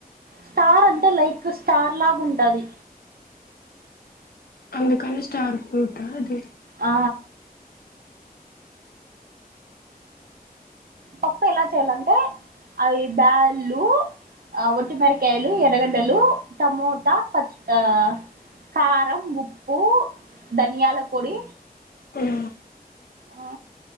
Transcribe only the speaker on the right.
స్టార్ అంటే లైక్ స్టార్లాగుంటంది
ఆ పప్పు ఎలా చేయాలంటే అవి బ్యాళ్ళు ఆ ఒట్టి మిరకాయలు ఎర్రగడ్డలు టమోటా పచ్ ఆ కారం ఉప్పు ధనియాల పొడి
ఆ